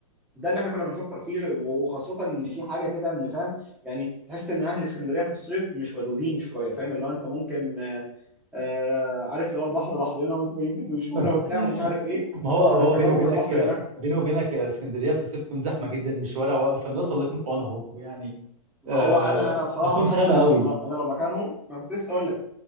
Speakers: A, in the centre; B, on the right (about 65°).
A: ده اللي احنا كنا بنفكر فيه و- وخاصه ان في حاجه كده ان فاهم يعني تحس ان اهل اسكندريه في الصيف مش ودودين شويه فاهم اللي هو انت ممكن آه، آه، عارف اللي هو البحر بحرنا وانتوا جايين تدوشونا
B: <laughs>
A: وبتاع ومش عارف ايه
B: ما هو
A: فكانت
B: هو
A: تجارب
B: بيني وبينك
A: البحر هناك
B: بيني وبينك اسكندريه في الصيف تكون زحمه جدا والشوارع واقفه فالناس الله يكون في عونها برضه يعني
A: ما
B: آه،
A: هو انا انا بصراحه
B: بتكون
A: بحط
B: خانه
A: نفسي
B: قوي
A: انا لو انا لو مكانهم ما كنت لسه اقول لك